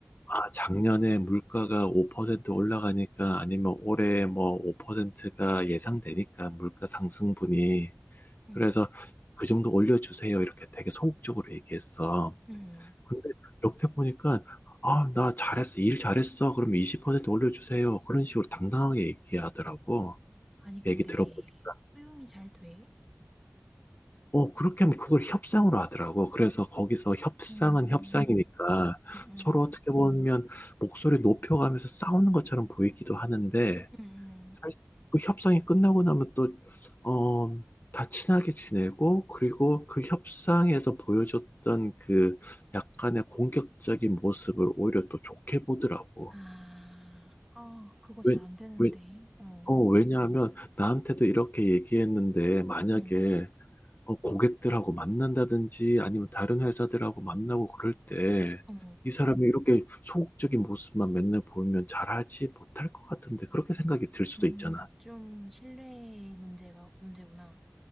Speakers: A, on the left; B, in the centre.
A: 아, 작년에 물가가 5% 올라가니까 아니면 올해 뭐 5%가 예상되니까 물가 상승분이
B: 음.
A: 그래서 그 정도 올려주세요. 이렇게 되게 소극적으로 얘기했어.
B: 음음.
A: 근데 옆에 보니까 "아 나 잘했어. 일 잘했어. 그러면 20% 올려주세요." 그런 식으로 당당하게 얘기하더라고.
B: 아니 근데
A: 얘기 들어보니까.
B: 수용이 잘 돼?
A: 어 그렇게 하면 그걸 협상으로 하더라고. 그래서 거기서 협상은
B: 음.
A: 협상이니까
B: 음음.
A: 서로 어떻게 보면 목소리 높여가면서 싸우는 것처럼 보이기도 하는데
B: 음음.
A: 사실 그 협상이 끝나고 나면 또, 어, 다 친하게 지내고, 그리고 그 협상에서 보여줬던 그 약간의 공격적인 모습을 오히려 또 좋게 보더라고.
B: 아. 아 그거 잘
A: 왜,
B: 안 되는데.
A: 왜,
B: 어.
A: 어, 왜냐하면 나한테도 이렇게 얘기했는데, 만약에
B: 음.
A: 어, 고객들하고 만난다든지 아니면 다른 회사들하고 만나고 그럴 때,
B: 어.
A: 이 사람이 이렇게 소극적인 모습만 맨날 보이면 잘하지 못할 것 같은데, 그렇게 생각이 들 수도
B: 음.
A: 있잖아.
B: 아 좀 신뢰의 문제가 문제구나.